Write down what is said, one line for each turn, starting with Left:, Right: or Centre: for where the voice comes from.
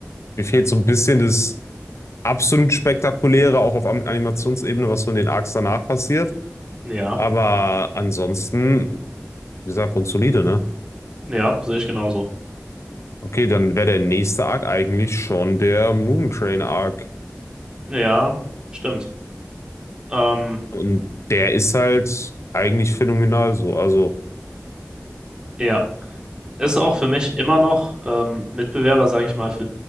Left: mir fehlt so ein bisschen das absolut Spektakuläre, auch auf Am- Animationsebene, was so in den Arcs danach passiert.
Right: Ja,
Left: Aber ansonsten, wie gesagt, grundsolide, ne?
Right: ja, sehe ich genauso.
Left: Okay, dann wäre der nächste Arc eigentlich schon der Mugen Train Arc.
Right: Ja, stimmt. Ähm,
Left: Und der ist halt eigentlich phänomenal so. Also,
Right: ja, ist auch für mich immer noch ähm, Mitbewerber, sag ich mal, für,